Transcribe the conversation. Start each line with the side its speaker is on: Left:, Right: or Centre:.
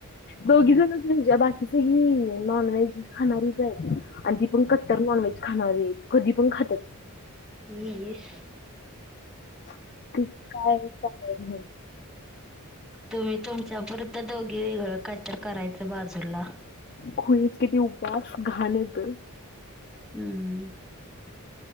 Left: दोघी जणच म्हणजे बाकी सगळी नॉनव्हेज खाणारीच आहेत आणि ती पण कट्टर नॉनव्हेज खा णारी आहेत, कधी पण खात्यात.
Centre: वीस
Left: त काय विचारायचं नाही.
Centre: तुम्ही तुमच्या पुरतं दोघी वेगळं कायतर करायचं बाजूला.
Left: खुळीच किती उ वास घाण येतोय.
Centre: हम्म